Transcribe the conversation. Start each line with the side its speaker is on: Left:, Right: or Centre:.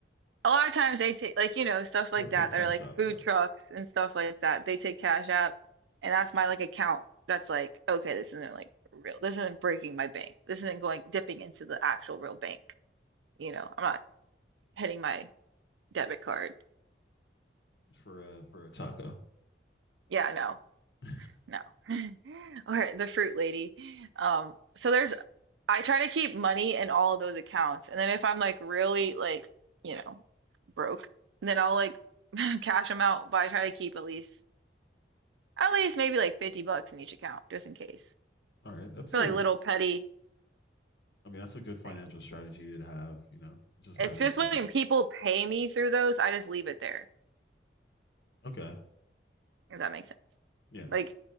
Right: A lot of times they take like you know stuff like
Left: You'll take
Right: that that
Left: Cash
Right: are like
Left: App,
Right: food
Left: yeah,
Right: trucks and stuff like that. They take cash out, and that's my like account. That's like okay, this isn't like real. This isn't breaking my bank. This isn't going dipping into the actual real bank. You know, I'm not hitting my debit card.
Left: for uh, for a taco.
Right: Yeah, no.
Left: <laughs> All
Right: No. <laughs> Or the fruit lady. Um, so there's I try to keep money in all of those accounts. And then if I'm like really like, you know, broke, then I'll like <laughs> cash them out, but I try to keep at least at least maybe like 50 bucks in each account just in case
Left: right, that's
Right: for
Left: a
Right: like little petty
Left: I mean, that's a good financial
Right: things.
Left: strategy to have, you know, just
Right: It's
Left: have like
Right: just when
Left: a little.
Right: people pay me through those, I just leave it there.
Left: Okay.
Right: if that makes sense.
Left: Yeah.
Right: Like,